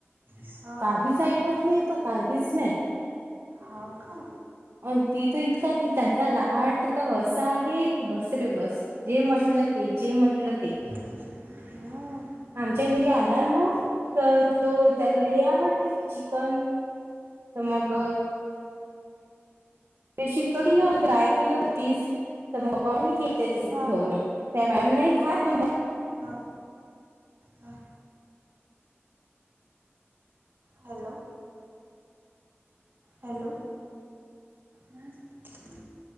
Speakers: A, on the right; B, on the right.
A: ह
B: काहीच
A: ह.
B: ऐकत नाही तो काहीच नाही
A: हाव का?
B: अ ती त इतका ती त्याचा लाट तर असा आहे, की बसरे बस. जे म्हटलं ते, जे म्हटलं ते.
A: हो.
B: आमच्या घरी आला ना तर तो त्याला हे आवडते, चिकन तर मग
A: हा
B: ते शिकविल ट्राय केलं हो पीस. तर मग पाह की त्याच्या
A: हा
B: ठेव
A: हा
B: मग. त्या मॅडम नाही खात पण
A: हा हा. हॅलो! हॅलो! बस हम.